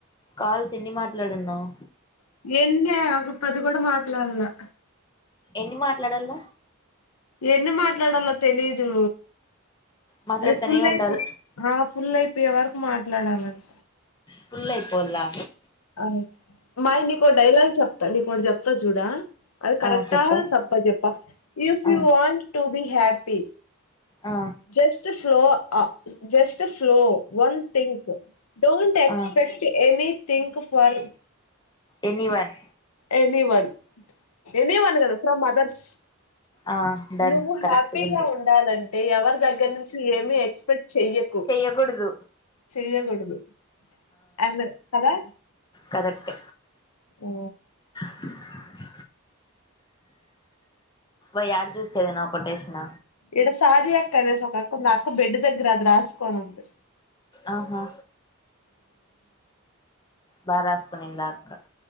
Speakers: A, on the left; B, on the left.
A: కాల్స్ ఎన్ని మాట్లాడున్నావు
B: ఎన్ని ఒక పది కూడా మాట్లాడలే
A: ఎన్ని మాట్లాడాల
B: ఎన్ని మాట్లాడాలో తెలీదు
A: మాట్లాడుతనే
B: అది ఫుల్
A: ఉండాల
B: అయితే ఫుల్ అయిపోయే వరకు మాట్లాడాలంట
A: పూల్ ఈపోలా
B: అ మాయ నీకో డైలాగ్ చెప్తా నీకోటి చెప్తా చూడా అది కరెక్టా
A: ఆ చెప్పే
B: తప్ప చెప్ప if
A: uh
B: you want to be happy
A: uh
B: just follow just a flow one think don't expect
A: uh
B: any think for
A: anyone
B: any one any one కదా ఫ్రమ్ అదర్స్
A: ఆ డన్
B: నువ్వు
A: కరెక్ట్
B: హ్యాపీగా
A: గుంది
B: ఉండాలంటే ఎవరి దగ్గర నుంచి ఏమి expect చెయ్యకు
A: ఎకూడదు
B: సేయకూడదు అ కదా
A: కరెక్ట్
B: ఓ
A: <unintelligible> ఇ యారు చూసు కదనా కొటేషిన
B: ఇక్కడ సాజి అక్క అనేసి ఒక కొ నా అక్క బెడ్ దగ్గర అది రాసుకోని ఉంది
A: ఆహా బారాస్ ఆ అక్క